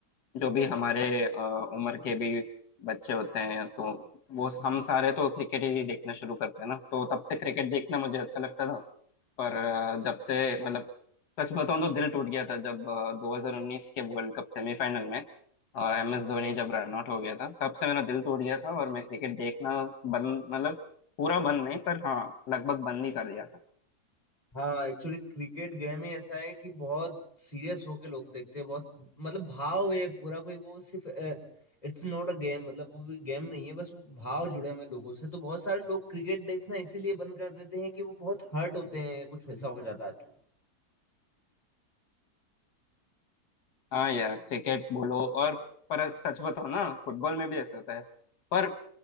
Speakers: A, on the left (about 85°); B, on the left (about 25°).
A: जो भी हमारे अ, उम्र के भी बच्चे होते हैं तो वो हम सारे तो क्रिकेट ही देखना शुरू करते हैं ना तो तब से क्रिकेट देखना मुझे अच्छा लगता था पर अ, जब से मतलब सच बताऊं तो दिल टूट गया था जब अ, 2019 के वर्ल्ड कप सेमीफाइनल में एम एस धोनी जब रन आउट हो गया था तब से मेरा दिल टूट गया था और मैं क्रिकेट देखना बंद मतलब पूरा बंद नहीं पर हाँ लगभग बंद ही कर दिया था
B: हाँ एक्चुअली क्रिकेट गेम ही ऐसा है कि बहुत सीरियस होके लोग देखते हैं बहुत मतलब भाव है पूरा कोई वो सिर्फ इट्स नॉट अ गेम मतलब वो कोई गेम नहीं है बस वो भाव जुड़े हुए हैं लोगों से तो बहुत सारे लोग क्रिकेट देखना इसीलिए बंद कर देते हैं कि वो बहुत हर्ट होते हैं कुछ ऐसा हो जाता है तो
A: हाँ यार क्रिकेट बोलो और पर सच बताओ ना फुटबॉल में भी ऐसे होता है पर